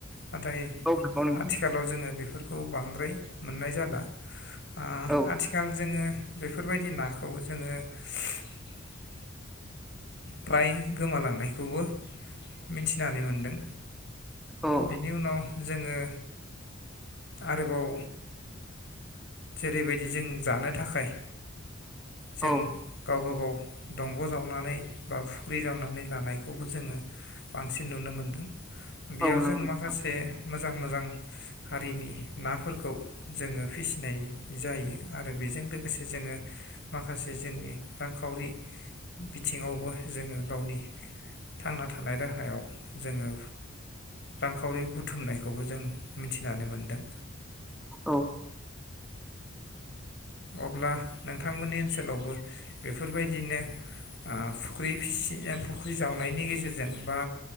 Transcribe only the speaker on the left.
नाथाय
आथिखालाव जोङो बेफोरखौ। खौ बांद्राय मोननाय जाला। आ
आथिखाल जोङो बेफोरबायदि नाखौ जोङो ओ <unintelligible> फ्राय गोमालांनायखौबो मिथिनानै मोनदों।
बिनि उनाव जोङो आरोबाव ओरैबायदि जों जानो थाखाय जों
गावबा गाव दंग' जावनानै बा फुख्रि जावनानै लानायखौबो जोङो बांसिन नुनो मोनदों। बेयाव
जों
माखासे मोजां मोजां। हारिनि नाफोरखौ जोङो। जायो आरो बेजों लोगोसे जोङो माखासे जोंनि रांखावरि बिथिङावबो जोङो गावनि थांनानै। थानाय राहायाव जोङो रांखावरि बुथुमनायखौबो जों मिथिनानै मोनदों।
अब्ला नोंथांमोननि ओनसोलावबो बेफोरबायदिनो फुख्रि फि फुख्रि जावनायनि गेजेरजों बा